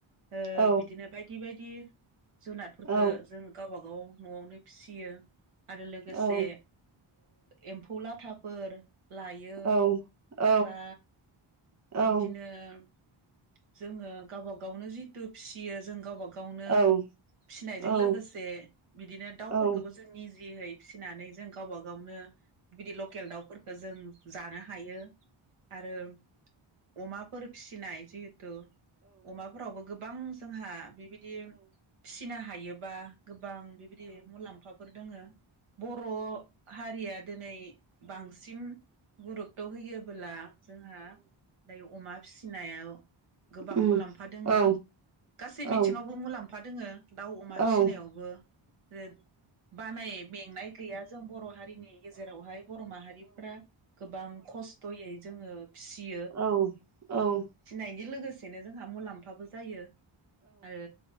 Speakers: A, on the right; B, on the right.
A: ओ
B: औ
A: बिदिनो बायदि बायदि दि जुनारफोरखो
B: औ
A: जों गाव बागाव नआवनो फिसियो आरो लोगोसे
B: औ
A: एम्फौ लाथाफोर लायो
B: औ औ
A: बा
B: औ
A: बिदिनो <inaudible> जोङो गावबा गावनो जितु फिसियो जों गावबा गावनो
B: औ
A: फिनायजों
B: औ
A: लोगोसे
B: औ
A: बिदिनो दाउफोरखौबो
B: औ
A: जोंनि जिहै फिसिनानै जों गावबा गावनो बिदि लकेल दाउफोरखो जों जानो हायो आरो अमाफोर फिसिनाय जिब हेथु अमाफोरावबो गोबां जोंहा बिबायदि फिसिनो हायो हायोबा गोबां बेबायदि मुलाम्फाफोर दोङो बर' हारिया दिनै बांसिन गुरुपथ' होयोबोला जोंहा अमा फिसि नायाव गोबां
B: उम
A: मुलाम्फा दोङो
B: औ
A: गासै
B: औ
A: बिथिङावबो मुलाम्फा फा दोङो दाउ अमा
B: औ
A: फिसिनायावबो ज बानाय मेंनाय गैया जों बर' हारिनि गेजेरावहाय बर' माहारिफ्रा गोबां खस्थ'यै जोङो फिसि
B: औ औ
A: नायजों लोगोसेनो जोंहा मुलाम्फाबो जायो आरो